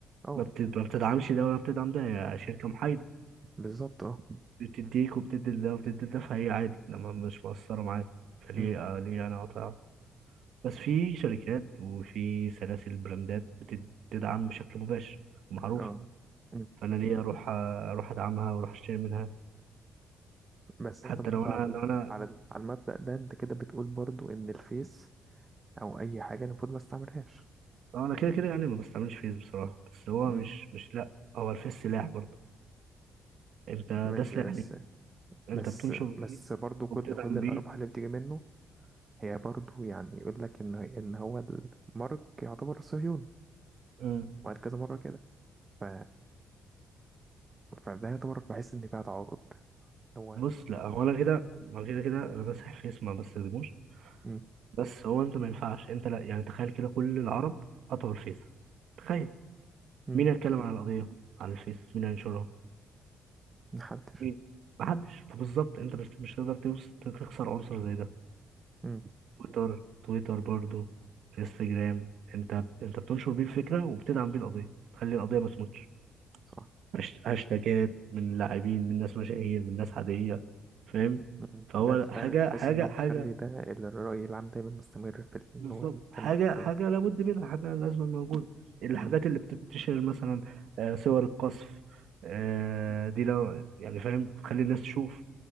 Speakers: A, on the right (about 25°); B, on the right (about 70°).
A: أه
B: ما بتد- ما بتدعمش ده ولا بتدعم ده هي شركه محايده
A: بالظبط أه
B: بتديك وبتدي ده وبتدي ده فهي عادي لما مش مقصره معايا فليه
A: مم.
B: آه ليه انا اقاطع بس في شركات وفي سلاسل براندات بتد- بتدعم بشكل مباشر ومعروف
A: أه مم.
B: فانا ليه اروح اروح ادعمها واروح اشتري منها
A: بس
B: حتى
A: أنت برضه
B: لو انا
A: على
B: لو انا
A: على على المبدأ ده أنت كده بتقول برضه إن الفيس أو أي حاجة المفروض ما استعملهاش
B: لو انا كده كده يعني ما بستعملش فيس بصراحه بس هو
A: مم.
B: مش مش لا هو الفيس سلاح برضه انت
A: ماشي
B: ده سلاح
A: بس
B: ليك انت
A: بس
B: بتنشر
A: بس
B: بيه
A: برضه كل
B: وبتدعم
A: كل الأرباح
B: بيه
A: اللي بتيجي منه هي برضه يعني يقول لك إن إن هو المارك يعتبر صهيوني
B: مم.
A: وقال كذا مرة كده ف... فده يعتبر بحس إن فيها تعارض اللي هو
B: بص لا هو انا كده ما كده كده انا بمسح فيس ما بستخدموش
A: مم.
B: بس هو انت ما ينفعش انت لا يعني تخيل كده كل العرب قطعوا الفيس تخيل
A: مم.
B: مين هيتكلم عن القضيه على الفيس مين هينشرها
A: محدش
B: مين محدش بالظبط انت مش مش هتقدر توص- تخسر عنصر زي ده
A: مم.
B: تويتر تويتر برضو انستجرام انت انت بتنشر بيه الفكره وبتدعم بيه القضيه تخلي القضيه ما تموتش
A: صح
B: هاش- هاشتاجات من لاعبين من ناس مشاهير من ناس عاديه فاهم
A: مم.
B: فهو
A: ده اللي فعلا
B: حاجه
A: تحس
B: حاجه
A: إنه
B: حاجه
A: مخلي ده الرأي العام دايما مستمر في ال- إن
B: بالظبط
A: هو يتكلم
B: حاجه
A: في القضية
B: حاجه لابد منها حاجه لازم موجوده الحاجات
A: مم.
B: اللي بتنتشر مثلا آه، صور القصف آه، دي لو يعني فاهم تخلي الناس تشوف